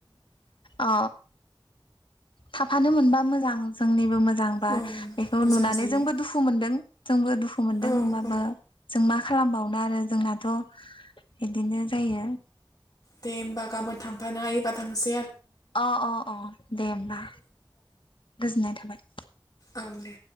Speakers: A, on the left (about 70°); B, on the left (about 45°).
A: अ थाफानो मोनबा मोजां जोंनिबो मो मोजांबा
B: औ
A: बेखौ
B: मोजां
A: नुनानै
B: जायो
A: जोंबो दुखु मोनदों। जोंबो दुखु मोनदों
B: औ
A: होमबाबो
B: औ
A: जों मा खालामबावनो आरो जोंनाथ' इदिनो जायो।
B: दे होमबा गाबोन थांफानो हायोबा थांनोसै।
A: अ अ अ दे होमबा गोजोननाय थाबाय।
B: ओं दे।